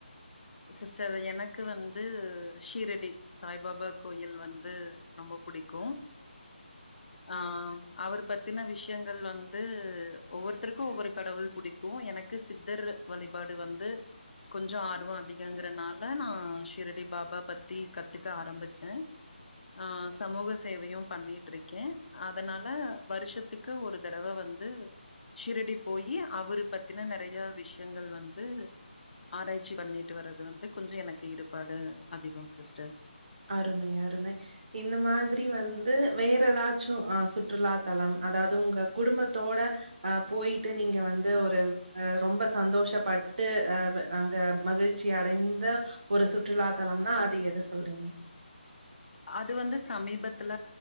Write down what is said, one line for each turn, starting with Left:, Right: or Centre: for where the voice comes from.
Left: சிஸ்டர் எனக்கு வந்து ஷீரடி சாய்பாபா கோயில் வந்து ரொம்ப புடிக்கு ஆ அவர் பத்தின விஷ்யங்கள் வந்து ஒவ்வொருத்தருக்கு ஒவ்வொரு கடவுள் புடிக்கு எனக்கு சித்தர் வழிபாடு வந்து கொஞ்சோ ஆர்வோ அதிகங்கறனால நா ஷிரடி பாபா பத்தி கத்துக்க ஆரம்பிச்ச ஆ சமூக சேவையும் பண்ணிட்டு இருக்கே அதனால வருஷத்துக்கு ஒரு தடவ வந்து ஷீரடி போயி அவரு பத்தின நறைய விஷ்யங்கள் வந்து ஆராய்ச்சி பண்ணிட் டு வரது அது வந்து கொஞ்சோ எனக்கு ஈடுபாடு அதிகோங் சிஸ்டர்
Right: அருமை அருமை இந்த மாதிரி வந்து வேற எதாச்சு ஆ சுற்றுலாத்தலம் அதாவது உங்க குடும்பத்தோட அ போயிட்டு நீங்க வந்து ஒரு அ ரொம்ப சந்தோஷப் பட்டு அ அங்க மகிழ்ச்சி அடைந்த ஒரு சுற்றுலா தலம்னா அது எத சொல்றீங்க
Left: அது வந்து சமீபத்துல